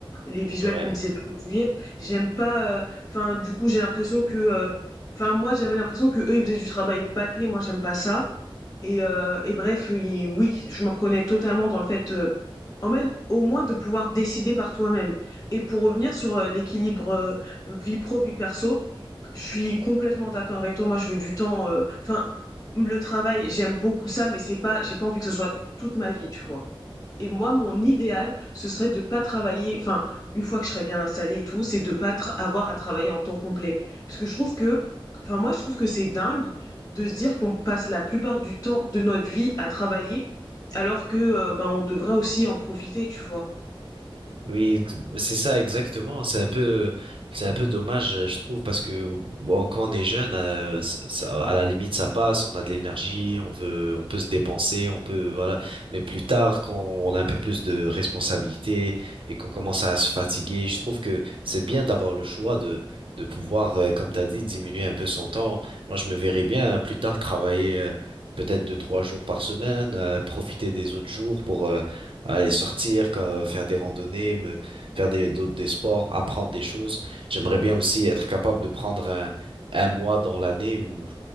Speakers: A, on the left (about 40°); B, on the right (about 70°).
A: les visuels
B: Ouais.
A: qu'on me disait de produire. J'aime pas, euh, enfin, du coup, j'ai l'impression que, euh, enfin, moi, j'avais l'impression que eux ils faisaient du travail bâclé, moi, j'aime pas ça. Et, heu et bref, et oui, je me reconnais totalement dans le fait, heu, en même au moins de pouvoir décider par toi-même. Et pour revenir sur, heu, l'équilibre, heu, vie pro, vie perso, je suis complètement d'accord avec toi. Moi, je veux du temps, heu, enfin, le travail, j'aime beaucoup ça, mais c'est pas j'ai pas envie que ce soit toute ma vie, tu vois? et moi, mon idéal, ce serait de pas travailler, enfin, une fois que je serais bien installée et tout, c'est de pas tra- avoir à travailler en temps complet. Parce que je trouve que, enfin, moi, je trouve que c'est dingue de se dire qu'on passe la plupart du temps de notre vie à travailler, alors que, euh, ben, on devrait aussi en profiter, tu vois.
B: Oui, ex- bah, c'est ça exactement. C'est un peu, c'est un peu dommage, euh, je trouve, parce que bon, quand on est jeune, euh, ça, ça- à la limite, ça passe. On a de l'énergie, on veut, on peut se dépenser, on peut, voilà. Mais plus tard, quand on a un peu plus de responsabilités et qu'on commence à se fatiguer, je trouve que c'est bien d'avoir le choix de, de pouvoir, euh, comme t'as dit, diminuer un peu son temps. Moi, je me verrais bien euh, plus tard travailler. euh, Peut-être deux, trois jours par semaine, euh, profiter des autres jours pour, euh, aller sortir, quoi, faire des randonnées, me, faire des, d'autres, des sports, apprendre des choses. J'aimerais bien aussi être capable de prendre un, un mois dans l'année où,